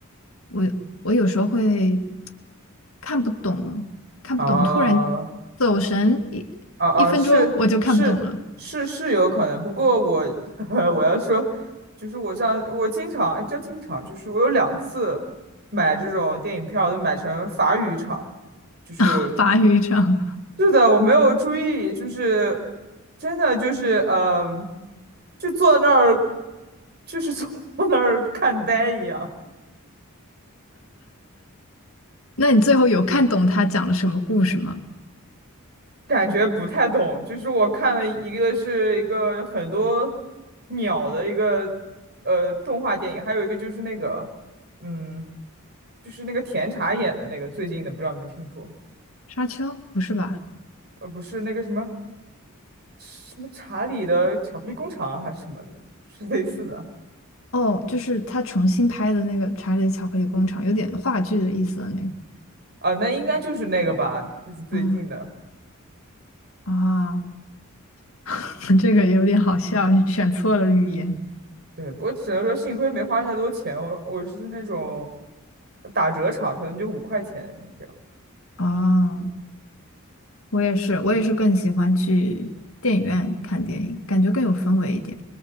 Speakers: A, on the left (about 70°); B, on the right (about 50°).
A: 我我有时候会看不懂，看不懂，
B: 啊
A: 突然走神一一分钟我就看不懂了，
B: 啊啊！是是是是有可能，不过我 <laughs> 我要说，就是我上我经常也不叫经常，就是我有两次买这种电影票都买成法语场，就是。
A: <laughs> 法语这样。
B: 是的，我没有注意，就是真的就是嗯、就坐那儿，就是坐 <laughs> 那儿看呆一样，
A: 那你最后有看懂他讲了什么故事吗？
B: 感觉不太懂。就是我看了一个是一个很多鸟的一个呃动画电影，还有一个就是那个嗯，就是那个甜茶演的那个最近的，不知道你们听说？
A: 沙丘？不是吧？
B: 呃，不是那个什么什么查理的巧克力工厂啊还是什么，是类似的
A: 哦，就是他重新拍的那个《查理的巧克力工厂》，有点话剧的意思的那个。
B: 啊、那应该就是那个吧，就是最近的。
A: 嗯啊。<laughs> 这个有点好笑，你选错了语言。
B: 对，不过只能说幸亏没花太多钱，我我是那种打折场，可能就五块钱这样。
A: 啊！我也是，我也是更喜欢去电影院看电影，感觉更有氛围一点。